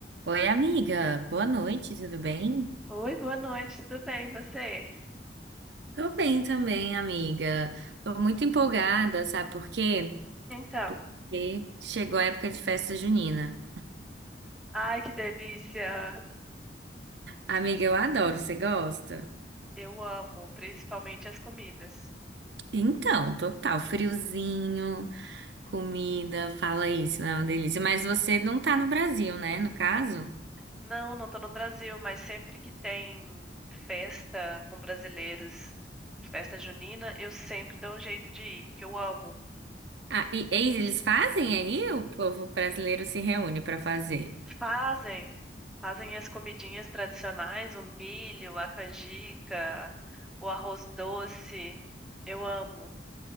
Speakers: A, on the right (about 75°); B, in the centre.
A: Oi, amiga. Boa noite, tudo bem?
B: Oi, boa noite, tudo bem, e você?
A: Tô bem também, amiga. Tô muito empolgada, sabe por quê?
B: Então,
A: Porque chegou a época de festa junina.
B: ai que delícia!
A: Amiga, eu adoro, você gosta?
B: Eu amo, principalmente as comidas.
A: Então, total, Friozinho, comida, fala isso, é uma delícia. Mas você não tá no Brasil, né, no caso?
B: Não, não tô no Brasil, mas sempre que tem festa com brasileiros, festa junina, eu sempre dou um jeito de ir, porque eu amo.
A: Ah, e eis, eles fazem aí? O povo brasileiro se reúne pra fazer.
B: Fazem, fazem as comidinhas tradicionais, o milho, a canjica, o arroz doce. Eu amo.